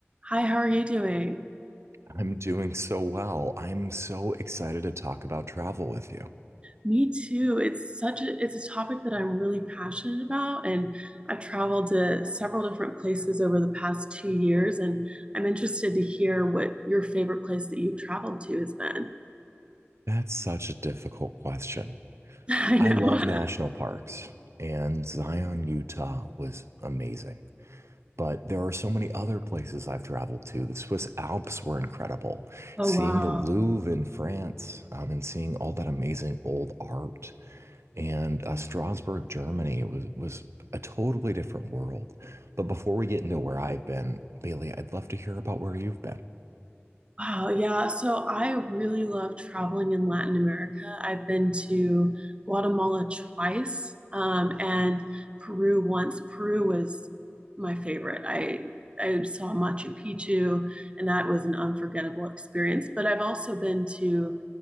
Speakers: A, on the right; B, on the right.
A: Hi, how are you doing?
B: I'm doing so well. I'm so excited to talk about travel with you.
A: Me too. It's such a it's a topic that I'm really passionate about, and I've traveled to several different places over the past two years, and I'm interested to hear what your favorite place that you've traveled to has been.
B: That's such a difficult question.
A: <laughs> I know.
B: I love
A: <laughs>
B: national parks, and Zion, Utah was amazing. But there are so many other places I've traveled to. The Swiss Alps were incredible.
A: Oh,
B: Seeing
A: wow.
B: the Louvre in France, um, and seeing all that amazing old art, and uh, Strasbourg, Germany was was a totally different world. But before we get into where I've been, Bailey, I'd love to hear about where you've been.
A: Wow, yeah. So I really love traveling in Latin America. I've been to Guatemala twice, um, and Peru once. Peru was my favorite. I I saw Machu Picchu, and that was an unforgettable experience. But I've also been to